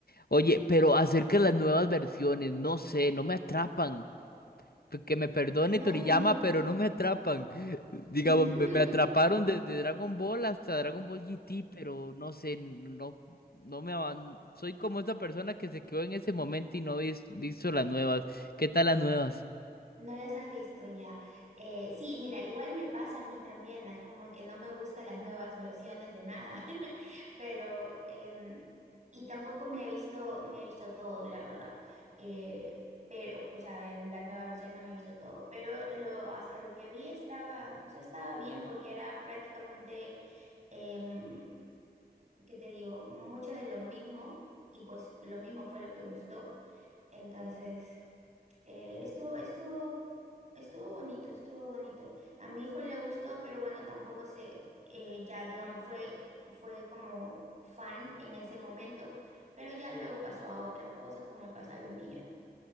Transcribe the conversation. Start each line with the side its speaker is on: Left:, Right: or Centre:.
Left: Oye, pero acerca de las nuevas versiones, no sé, no me atrapan. Que me perdone
Right: No
Left: Toriyama,
Right: es lo mismo.
Left: pero no me atrapan. <laughs> Digamos,
Right: <laughs>
Left: me, me atraparon desde Dragon Ball hasta Dragon Ball GT, pero no sé, no, no me avan- Soy como esa persona que se quedó en ese momento y no vis- visto las nuevas. ¿Qué tal las nuevas?
Right: No las has visto ya. Eh, sí, mira, igual me pasa a mí también, ¿no? es como que no me gustan las nuevas versiones de nada, <laughs> pero em, y tampoco me he visto, me he visto todo, la verdad. Eh, pero, o sea, en las nuevas versiones no me he visto todo, pero lo, hasta lo que vi estaba, o sea, estaba bien porque era prácticamente, em, ¿qué te digo? Mucho de lo mismo y pues lo mismo fue lo que gustó. Entonces, eh, estuvo, estuvo, estuvo bonito, estuvo bonito. A mi hijo le gustó, pero bueno, tampoco se, eh, ya digamos, fue, fue como fan en ese momento, pero ya luego pasó a otras cosas, como pasa a los niños.